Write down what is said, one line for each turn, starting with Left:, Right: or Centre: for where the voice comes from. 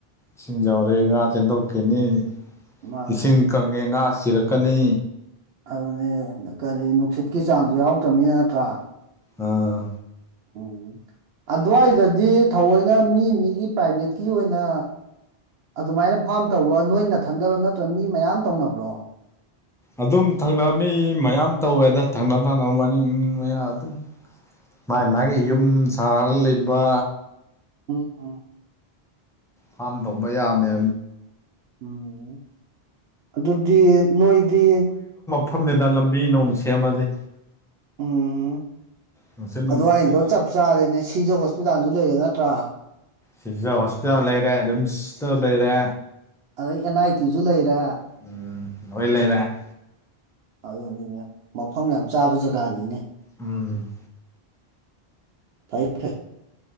Centre: ꯏꯁꯤꯡ ꯆꯥꯎꯔꯦ ꯉꯥ ꯆꯦꯟꯊꯣꯛꯀꯅꯤ
Right: ꯃꯥꯅꯦ
Centre: ꯏꯁꯤꯡ ꯀꯪꯉꯦ ꯉꯥ ꯁꯤꯔꯛꯀꯅꯤ
Right: ꯑꯗꯨꯅꯦ ꯀꯔꯤ ꯅꯨꯡꯁꯤꯠꯀꯤ ꯆꯥꯡꯗꯨ ꯌꯥꯎꯔꯛꯇ꯭ꯔꯕꯅꯤꯅ ꯅꯠꯇ꯭ꯔꯥ
Centre: ꯑꯥ
Right: ꯎꯝ ꯑꯗꯨꯋꯥꯏꯗꯗꯤ ꯊꯑꯣꯏꯅ ꯃꯤ ꯃꯤꯒꯤ ꯄ꯭ꯔꯥꯏꯚꯦꯠꯀꯤ ꯑꯣꯏꯅ ꯑꯗꯨꯃꯥꯏꯅ ꯐꯥꯝ ꯇꯧꯕ ꯅꯣꯏ ꯊꯟꯗꯔꯣ ꯅꯠꯇ꯭ꯔ ꯃꯤ ꯃꯌꯥꯝ ꯇꯧꯅꯕ꯭ꯔꯣ
Centre: ꯑꯗꯨꯝ ꯊꯪꯅꯕ ꯃꯤ ꯃꯌꯥꯝ ꯇꯧꯋꯦꯗ ꯊꯪꯅ ꯊꯛꯅꯕ ꯃꯅꯤꯡ ꯃꯌꯥ ꯑꯗꯨꯝ ꯃꯥ
Right: ꯎꯝ
Centre: ꯃꯥꯒꯤ ꯌꯨꯝ ꯁꯥꯔ ꯂꯩꯕ
Right: ꯎꯝ ꯎ
Centre: ꯐꯥꯝ ꯇꯧꯕ ꯌꯥꯝꯃꯦ
Right: ꯎꯝ ꯑꯗꯨꯗꯤ ꯅꯣꯏꯗꯤ
Centre: ꯐꯝꯗꯦꯗ ꯂꯝꯕꯤ ꯅꯣꯡ ꯁꯦꯝꯃꯗꯤ
Right: ꯎꯝ
Centre: ꯅꯨꯡꯁꯤꯠ ꯅꯨꯡꯁꯤꯠ
Right: ꯑꯩꯗꯣ ꯆꯞ ꯆꯥꯔꯦꯅꯦ ꯁꯤꯖ ꯍꯣꯁꯄꯤꯇꯥꯜꯁꯨ ꯂꯩꯔꯦ ꯅꯠꯇ꯭ꯔꯥ
Centre: ꯁꯤꯖꯥ ꯍꯣꯁꯄꯤꯇꯥꯜꯁꯨ ꯂꯩꯔꯦ ꯔꯤꯝꯁꯇ ꯂꯩꯔꯦ
Right: ꯑꯗꯩ ꯑꯦꯟ ꯑꯥꯏ ꯇꯤꯖꯨ ꯂꯩꯔꯦ
Centre: ꯎꯝ ꯂꯣꯏ ꯂꯩꯔꯦ
Right: ꯑꯗꯨꯅꯤꯅꯦ ꯃꯐꯝ ꯌꯥꯝ ꯆꯥꯕ ꯖꯒꯥꯅꯤꯅꯦ
Centre: ꯎꯝ
Right: ꯐꯩ ꯐꯩ